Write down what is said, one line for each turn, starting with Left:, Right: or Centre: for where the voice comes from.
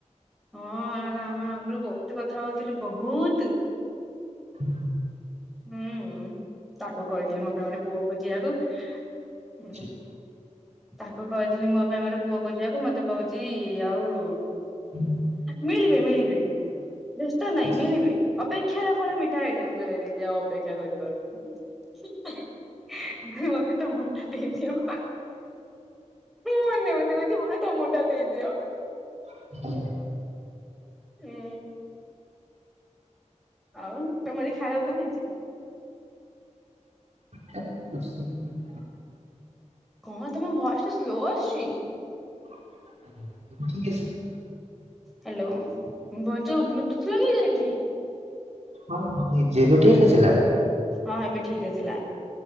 Centre: ହଁ ହେରା ଆମେ ଆଗରୁ ବୋହୁତ କଥା ହଉଥିଲୁ ବୋହୁତ।
Right: ହ
Centre: ହୁଁ ହୁଁ ତାକୁ କହିଥିଲି ମୋ ପାଇଁ ଗୋଟେ ପୁଅ ଖୋଜିବାକୁ।
Right: ଠିକ୍
Centre: ତାକୁ କହିଥିଲି ମୋ ପାଇଁ ଗୋଟେ ପୁଅ ଖୋଯିବାକୁ ମତେ କହୁଚି ଆଉ
Right: ହୁ।
Centre: ମିଳିବେ ମିଳିବେ ବ୍ୟସ୍ତ ନାଇଁ
Right: ଅଛି।
Centre: ମିଳିବେ ଅପେକ୍ଷାର ଫଳ ମିଠା ହେଇଥାଏ <unintelligible> ସି ଆଉ ଅପେକ୍ଷା କରିିପାରୁ ମତେ ତମ ମଣ୍ଟା ଦେଇଦିଅ। ମୁଁ ମନେ ମନେ କଉଛି ମୋତେ ତମ ଟା ଦେଇଦିଅ।
Right: ହ
Centre: ଉଁ ଆଉ ତମର ଆଜି ଖାଇବାକୁ କଣ ହେଇଚି?
Right: <unintelligible>
Centre: କଣ ତମ ଭଏସ ଟା ସ୍ଲୋ ଆସଛି?
Right: <unintelligible>
Centre: ହ୍ୟାଲୋ ଭ ଯୋଉ ବ୍ଲୁଟୁଥ ଲଗେଇଚ କି?
Right: ହଁ ଲଗେଇଚି ଏବେ ଠିକ ଆସିଲା?
Centre: ହଁ ଏବେ ଠିକ୍ ଏଥିଲା।